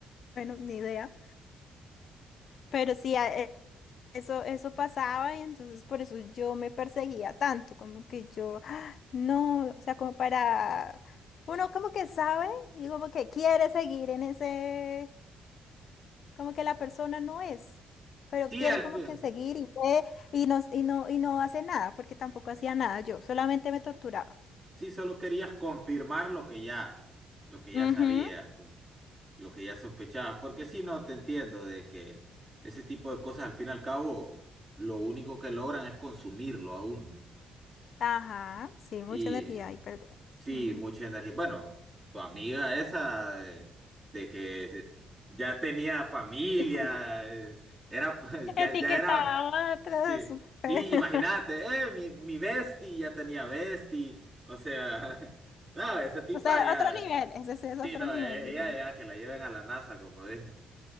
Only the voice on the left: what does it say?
bueno, ni idea. Pero sí, a- Eso, eso pasaba y entonces por eso yo me perseguía tanto, como que yo, "Ah, no, o sea, como para, uno como que sabe y como que quiere seguir en ese, como que la persona no es, pero
quiere
como
que seguir y ve y no, y no, y no hace nada, porque tampoco hacía nada yo, solamente me torturaba.
Ujú,
Ajá, sí,
mucha energía
y perdida.
Ujú.
<laughs>
Etiquetaba
atrás,
<laughs>
o sea,
otro nivel, ese sí es otro
nivel.